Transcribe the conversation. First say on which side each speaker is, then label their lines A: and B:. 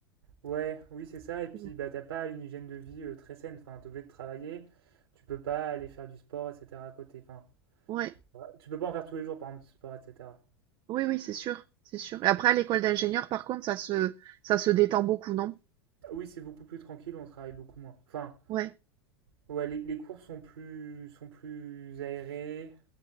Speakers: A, on the right; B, on the right.
A: Ouais, oui, c'est ça. Et puis,
B: Mm.
A: bah, t'as pas une hygiène de vie euh, très saine. Enfin, t'es obligé de travailler. Tu peux pas aller faire du sport, etc. à côté. Enfin,
B: Ouais.
A: ouais, tu peux pas en faire tous les jours, par exemple, du sport, etc.
B: Oui, oui, c'est sûr. C'est sûr. Et après, à l'école d'ingénieur, par contre, ça se, ça se détend beaucoup, non?
A: Oui, c'est beaucoup plus tranquille. On travaille beaucoup moins. Enfin,
B: Ouais.
A: ouais, les, les cours sont plus, sont plus aérés.